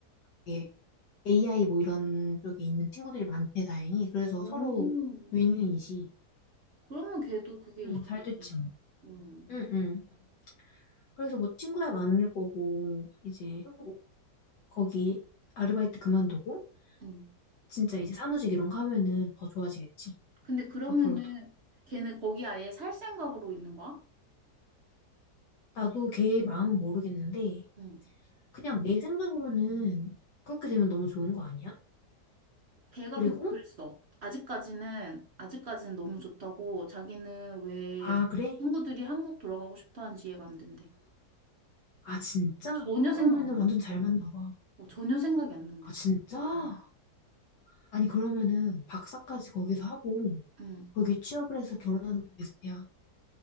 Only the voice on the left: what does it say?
이게 AI 뭐 이런 쪽에 있는 친구들이 많대, 다행히. 그래서
서로 윈윈이지.
응, 잘 됐지 뭐.
응, 응. 그래서 뭐 친구야 많을 거고, 이제 거기 아르바이트 그만두고,
진짜 이제 사무직 이런 거 하면은 더 좋아지겠지.
앞으로도.
나도 걔 마음은 모르겠는데,
그냥 내 생각으로는 그렇게 되면 너무 좋은 거 아니야?
그리고,
아, 그래?
아, 진짜?
그러면은
완전 잘 맞나 봐.
아, 진짜?
아니, 그러면은 박사까지 거기서 하고,
거기 취업을 해서 결혼하는 게 베스트야.